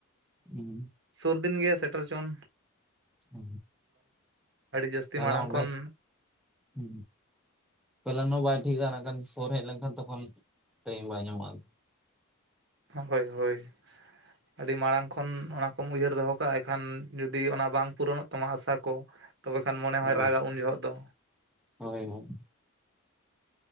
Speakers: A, in the centre; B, on the right.
A: ᱦᱩᱸ
B: ᱥᱩᱨ ᱫᱤᱱ ᱜᱮᱭᱟ ᱥᱮᱴᱮᱨ ᱦᱚᱪᱚᱱ
A: ᱚ
B: ᱡᱟᱹᱥᱛᱤ
A: ᱛᱟᱦᱞᱮ
B: ᱢᱟᱲᱟᱝ
A: ᱚᱰᱮ
B: ᱠᱷᱚᱱ
A: ᱦᱩ ᱯᱞᱮᱱ ᱦᱚᱸ ᱵᱟᱟᱭ ᱴᱷᱤᱠᱟ ᱠᱷᱟᱱ ᱥᱩᱨ ᱦᱮᱡ ᱞᱮᱱᱠᱷᱟᱱ ᱛᱚᱠᱷᱚᱱ ᱴᱟᱭᱤᱢ ᱵᱟᱭ ᱧᱟᱢᱚᱜᱼᱟ᱾
B: ᱦᱳᱭ ᱦᱳᱭ ᱟᱹᱰᱤ ᱢᱟᱲᱟᱝ ᱠᱷᱚᱱ ᱚᱱᱟ ᱠᱚᱢ ᱩᱭᱦᱟᱹᱨ ᱫᱚᱦᱚ ᱠᱟᱜᱼᱟ ᱮᱱᱠᱷᱟᱱ ᱡᱩᱫᱤ ᱚᱱᱟ ᱵᱟᱝ ᱯᱩᱨᱚᱱᱚᱜ ᱛᱟᱢᱟ ᱟᱥᱟ ᱠᱚ ᱛᱚᱵᱮ ᱠᱷᱟᱱ ᱢᱚᱱᱮ ᱦᱚᱭ
A: ᱦᱳᱭ
B: ᱨᱟᱜᱟ ᱩᱱ ᱡᱚᱦᱚᱜ ᱫᱚ᱾
A: ᱦᱳᱭ ᱦᱳᱭ